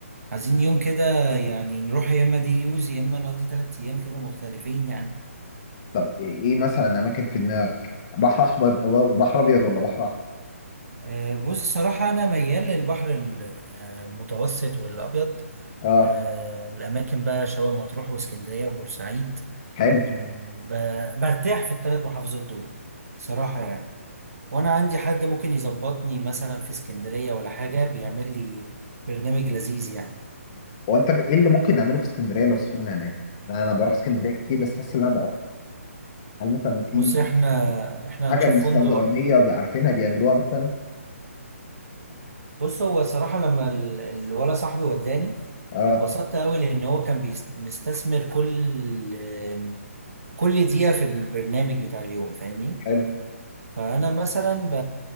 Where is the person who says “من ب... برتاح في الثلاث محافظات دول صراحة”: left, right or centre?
Right